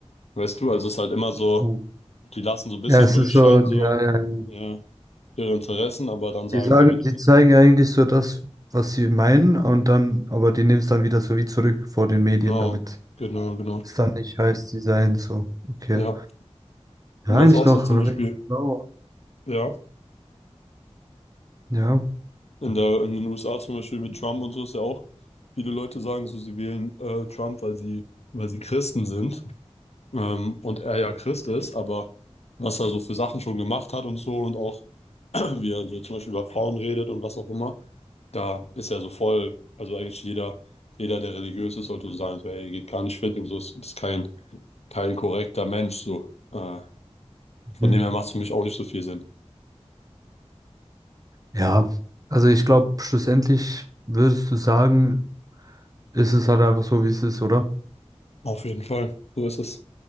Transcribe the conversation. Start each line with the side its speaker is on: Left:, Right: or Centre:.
Left: Weißt du, also es ist halt immer so,
Right: Ja,
Left: Die lassen so ein bisschen
Right: Ja, es
Left: durchscheinen,
Right: ist so, ja,
Left: so,
Right: ja, ja.
Left: ja, ihre Interessen, aber dann sagen
Right: Die sagen,
Left: sie wieder.
Right: die zeigen eigentlich so das, was sie meinen, und dann, aber die nehmen es dann wieder so wie zurück vor den Medien
Left: Genau,
Right: damit.
Left: genau, genau.
Right: Ist dann nicht heiß Design so. Okay.
Left: Ja. Und
Right: Ja,
Left: was
Right: eigentlich
Left: auch
Right: noch
Left: so zum
Right: recht
Left: Beispiel,
Right: blau.
Left: ja,
Right: Ja.
Left: in der, in den USA zum Beispiel mit Trump und so ist ja auch, viele Leute sagen so, sie wählen äh, Trump, weil sie, weil sie Christen sind. Ähm, und er ja Christ ist, aber was er so für Sachen schon gemacht hat und so und auch, <clears throat> wie er so zum Beispiel über Frauen redet und was auch immer, da ist ja so voll, also eigentlich jeder, jeder, der religiös ist, sollte so sagen, so, ey, geht gar nicht fit und so, ist, ist kein kein korrekter Mensch, so. Äh, von
Right: Mhm.
Left: dem her macht es für mich auch nicht so viel Sinn.
Right: Ja. Also ich glaube, schlussendlich würdest du sagen, ist es halt einfach so, wie es ist, oder?
Left: Auf jeden Fall. So ist es.